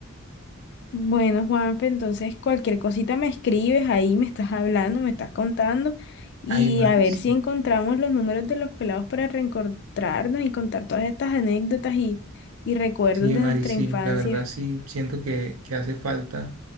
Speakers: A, on the left; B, on the right.
A: Bueno, Juanfe, entonces cualquier cosita me escribes ahí, me estás hablando, me estás contando y
B: Ay, Mari,
A: a ver
B: sí.
A: si encontramos los números de los pelados para reencontrarnos y contar todas estas anécdotas y, y recuerdos
B: Sí,
A: de
B: Mari,
A: nuestra
B: sí.
A: infancia.
B: La verdad sí, siento que, que hace falta,